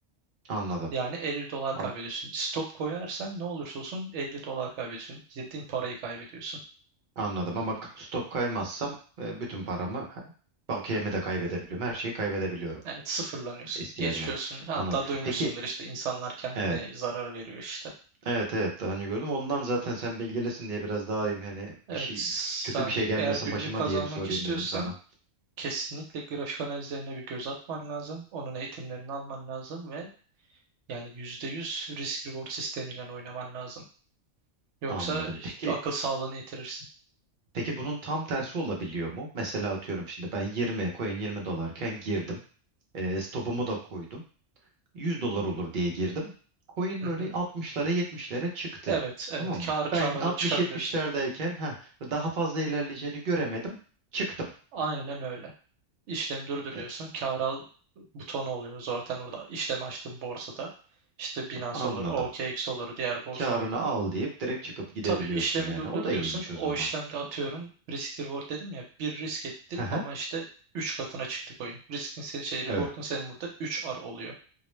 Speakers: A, on the right; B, on the right.
A: Anladım.
B: Yani 50 dolar
A: Am-
B: kaybediyorsun. Stop koyarsan ne olursa olsun 50 dolar kaybediyorsun. Girdiğin parayı kaybediyorsun.
A: anladım ama k- stop kaymazsam e, bütün paramı ha, bakiyemi de kaybedebiliyorum. Her şeyi kaybedebiliyorum.
B: Evet sıfırlanıyorsun.
A: İhtiyacım
B: Geçiyorsun.
A: olan.
B: Hatta
A: Anladım.
B: duymuşsundur
A: Peki
B: işte insanlar kendine
A: evet.
B: zarar veriyor işte.
A: Evet evet daha önce gördüm. Ondan zaten sen bilgilesin diye biraz daha iyiyim. Hani bir
B: Evet
A: şey kötü
B: yani
A: bir şey gelmesin
B: eğer günlük
A: başıma
B: kazanmak
A: diye bir sorayım
B: istiyorsan
A: dedim sana.
B: Kesinlikle grafik analizlerine bir göz atman lazım. Onun eğitimlerini alman lazım ve Yani %100 risk reward sistemiyle oynaman lazım. Yoksa
A: Anladım. Peki
B: akıl sağlığını yitirirsin.
A: peki bunun tam tersi olabiliyor mu? Mesela atıyorum şimdi ben 20 coin 20 dolarken girdim. E, stopumu da koydum. 100 dolar olur diye girdim. Coin
B: Hı
A: böyle
B: hı.
A: 60'lara 70'lere çıktı.
B: Evet, evet.
A: Tamam
B: Kar
A: mı?
B: kar
A: Ben
B: alıp
A: 60-70'lerdeyken
B: çıkabiliyorsun.
A: ha daha fazla ilerleyeceğini göremedim. Çıktım.
B: Aynen öyle. İşlemi durdur
A: E,
B: diyorsun. Kar al butonu oluyor zaten orada. İşlemi açtığın borsada. İşte Binance
A: anladım.
B: olur, OKX olur, diğer borsalar
A: Karını
B: olur.
A: al deyip direkt çıkıp gidebiliyorsun
B: Tabii işlemi
A: yani.
B: durdur
A: O da
B: diyorsun.
A: iyiymiş o
B: O
A: zaman.
B: işlemde atıyorum risk reward dedim ya. Bir risk ettin
A: Aha,
B: ama işte 3 katına çıktık oyun. Riskin senin şey reward'un
A: evet
B: senin burada üç r oluyor.